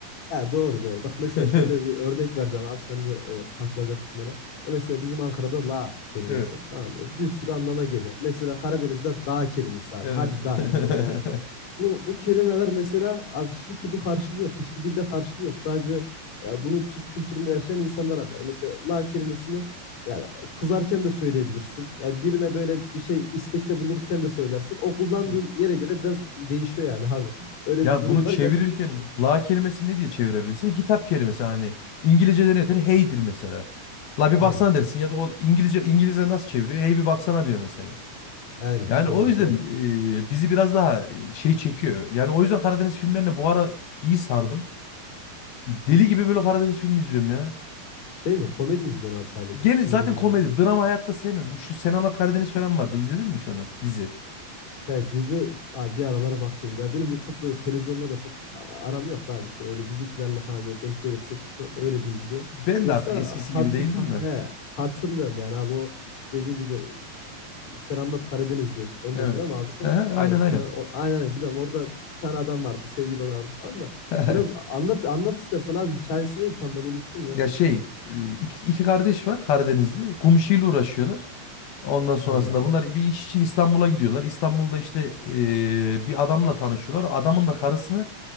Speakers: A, on the left (about 50°); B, on the left (about 75°).
A: Ya doğru doğru. Bak mesela
B: <laughs>
A: şöyle bir örnek vereceğim abi sen de e, katılacaksın bana. Ya mesela bizim Ankara'da la kelimesi
B: Evet. <laughs>
A: tamam mı? E, Bir sürü anlama geliyor. Mesela Karadeniz'de dağ kelimesi abi.
B: Evet.
A: Hadi dağ
B: <laughs>
A: mesela yani. Bu bu kelimeler mesela abi hiçbir türlü karşılığı yok. Hiçbir dilde karşılığı yok. Sadece ya bunu Türk kültüründe yaşayan insanlar anlar. E, Mesela la kelimesini yani kızarken de söyleyebilirsin. Ya birine böyle bir şey istekte bulurken de söylersin. O kullandığın
B: Evet.
A: yere göre biraz değişiyor yani abi. Öyle
B: Ya
A: bir durum
B: bunu
A: var
B: çevirirken
A: gerçekten.
B: la kelimesini ne diye çevirebilirsin? Hitap kelimesi hani İngilizce'de nedir? Hey'dir mesela. La bir
A: Aynen.
B: baksana dersin ya da o İngilizce İngilizce nasıl çeviriyor? Hey bir baksana diyor mesela.
A: Aynen.
B: Yani
A: Doğru
B: o yüzden
A: doğru.
B: e, bizi biraz daha e, şey çekiyor. Yani o yüzden Karadeniz filmlerine bu ara iyi sardım. Deli gibi böyle Karadeniz filmi izliyorum ya.
A: Şey mi? Komedi mi izliyorsun abi sadece?
B: Gel
A: Sümelenin
B: zaten komedi,
A: Manastırı.
B: drama
A: falan.
B: hayatta sevmem. Bu şu Sen Anlat Karadeniz falan vardı. İzledin mi hiç onu? Dizi.
A: He, dizi abi bir aralara bak dedim. Ya benim böyle çok böyle televizyonda da çok a- aram yok da abi işte öyle bizimkilerle falan böyle denk gelirsek işte öyle bir izliyorum.
B: Ben
A: Yoksa
B: de artık eskisi
A: hat
B: gibi değildim
A: ha-
B: de.
A: he, hatırlıyorum yani abi o dediğin gibi sen anlat Karadenizli. Onu
B: Evet.
A: dedin değil mi abi sen?
B: Hı hı, Aynen
A: Aynen sen
B: aynen.
A: o, aynen aynen, biliyorum orada bir tane adam vardı sevgili olardı falan da.
B: <laughs>
A: Biraz anlat anlat istersen abi hikayesi neydi tam ben unuttum ya.
B: Ya şey e, iki, iki kardeş var Karadenizli. Kum işiyle uğraşıyorlar. Ondan sonrasında
A: Aynen abi.
B: bunlar bir iş için İstanbul'a gidiyorlar. İstanbul'da işte e, bir adamla tanışıyorlar. Adamın da karısını